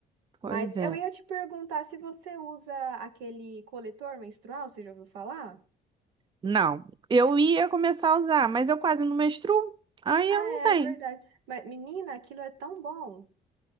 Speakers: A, on the right; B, on the right.
A: Pois
B: Mas eu
A: é.
B: ia te perguntar se você usa aquele coletor menstrual, você já ouviu falar?
A: Não, eu ia começar a usar, mas eu quase não menstruo, aí
B: Ah,
A: eu não
B: é
A: tenho.
B: verdade. Mas, menina, aquilo é tão bom.